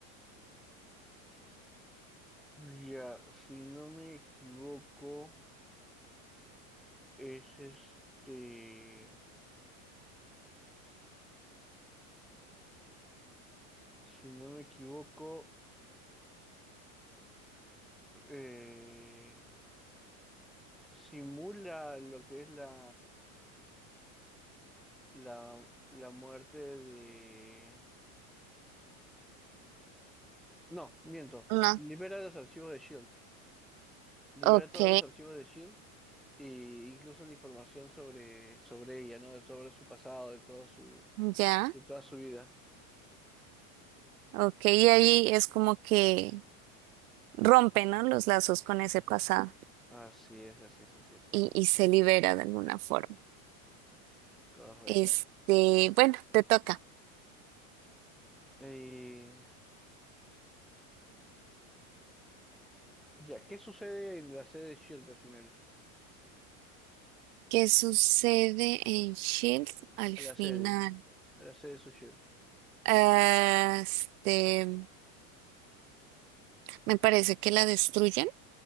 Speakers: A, in the centre; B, on the right.
A: Ya, si no me equivoco, es este, si no me equivoco, eh, simula lo que es la, la, la muerte de... No, miento,
B: No,
A: libera los archivos de Shield, libera
B: ok,
A: todos los archivos de Shield e incluso la información sobre, sobre ella, ¿no? Sobre su pasado, de todo su,
B: ya.
A: de toda su vida.
B: Ok, y ahí es como que rompe, ¿no? Los lazos con ese pasado
A: Así es, así es, así es, así
B: y,
A: es.
B: y se libera de alguna forma.
A: Correcto.
B: Este, bueno, te toca.
A: Eh, Ya, ¿qué sucede en la sede de Shield al final?
B: ¿Qué sucede en Shield al
A: A
B: final?
A: la sede. A la sede de su Shield.
B: Ah, Este, me parece que la destruyen.